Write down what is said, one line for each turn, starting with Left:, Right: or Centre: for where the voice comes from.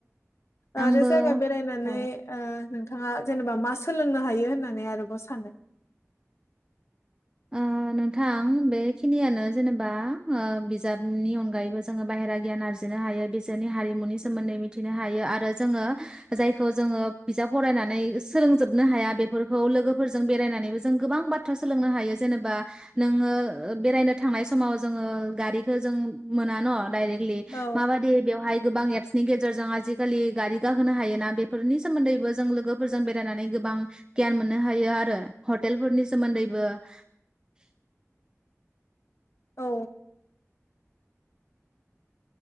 Left: आरो
Right: आंबो
Left: जायगा बेरायनानै
Right: औ
Left: ओ नों नोंथांङा जेनेबा मा सोलोंनो हायो होननानै आरोबाव सानो
Right: ओ नोंथां बेखिनियानो जेनेबा ओ बिजाबनि अनगायैबो जोंङो बाहेरा गियान आरजिनो हायो बिसोरनि हारिमुनि सोमोन्दै मिथिनो हायो आरो जोंङो जायखौ जोंङो बिजाब फरायनानै सोलोंजोबनो हाया बेफोरखौ लोगोफोरजों बेरायनानैबो जों गोबां बाथ्रा सोलोंनो हायो जेनेबा नोंङो बेरायनो थांनाय समाव जोंङो गारिखौ जों मोना न डाइरेक
Left: औ
Right: माबादि बेवहाय गोबां एपसनि गेजेरजों आजिखालि गारि गाखोनो हायोना बेफोरनि सोमोन्दैबो जों लोगोफोरजों बेरायनानै गोबां गियान मोननो हायो आरो हटेलफोरनि सोमोन्दैबो <inaudible>
Left: औ